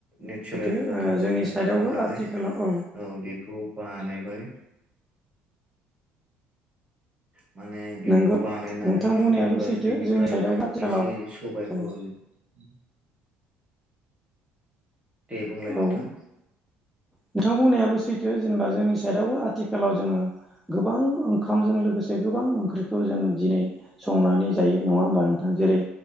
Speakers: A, on the right; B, in the centre.
A: नेचारेल
B: सैथो
A: जाथारबाय
B: जोंनि
A: आरो
B: साइडआवबो
A: न'आव बानायनाय
B: आथिखालाव
A: औ बेखौ। बानायबाय <inaudible> माने बेखौ
B: नंगौ
A: बानायनानै
B: नोंथां बुंनायाबो
A: फुग्लिबाय
B: सैथो
A: बेनिफ्राय
B: जोंनि साइडआव आथिखालाव
A: एसे सबाइखौ
B: औ
A: उम। दे बुंलाय
B: औ
A: नोंथां
B: नोंथां बुंनायाबो सैथो। थो जेनेबा जोंनि साइडआवबो आथिखालाव जोङो गोबां ओंखामजों लोगोसे गोबां ओंख्रिखौ जों। दिनै संनानै जायो नङा होमबा नोंथां जेरै।